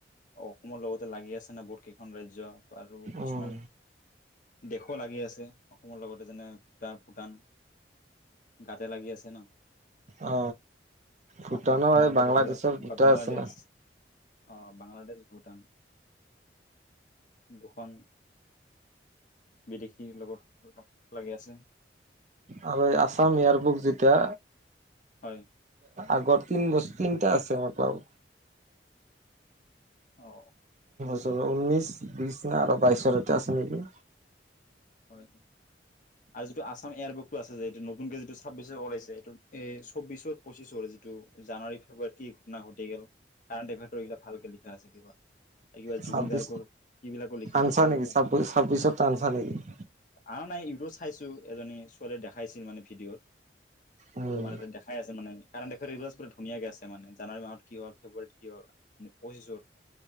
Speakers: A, on the left; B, on the right.
A: অ অসমৰ লগতে লাগি আছে ন বহুত কেইখন ৰাজ্য। আৰু
B: উম,
A: কিছুমান দেশও লাগি আছে অসমৰ লগতে যেনে ভূটান। গাতে লাগি আছে ন
B: অ ভূটানৰ
A: অসম
B: এই বাংলাদেশৰ
A: লগত আৰু
B: দুটা
A: বা বাংলাদেশ
B: আছে ন।
A: অ বাংলাদেশ ভূ ভূটান দুখন বিদেশীৰ লগত লাগি আছে।
B: আৰুঐ আছাম ইয়াৰবুক যেতিয়া
A: হয়।
B: আগত তিন বস্তু তিনিটা আছে আৰু।
A: অ
B: ঊনৈনশ বিশ ন আৰু বাইশৰ এটা আছে নেকি?
A: হয় আৰু যিটো আছাম এয়াৰবুকতটো আছে যে এইটো নতুন যি চাব্বিছ ল আছে এইটো। এই চৌবিশৰ পঁচিছৰ যিটো জানুৱাৰী ফেব্ৰুৱাৰীত কি ঘটনা ঘটি গল কাৰেণ্ট এফেয়াৰৰ এইবিলাক ভালকে লিখা আছে কিবা। কিবা জুবিন
B: ছাব্বিশ
A: গাৰ্গৰ এইবিলাকো লিখা
B: ঞ্চা
A: আছে
B: নেকি
A: ইয়াতে
B: ছাব্বিশত আনছা নেকি? উ
A: আৰু নাই নিউজট চাইছোঁ এজনী ছোৱালীয়ে দেখাইছিল মানে ভিডিঅ'ত।
B: উম
A: তোমাৰ তাতে দেখাই আছে মানে কাৰণ দেখুৱাই পুৰা ধুনীয়াকে আছে মানে জানুৱাৰী মাহত কি হ'ল ফেব্ৰুৱাৰীত কি হ'ল পঁচিছৰ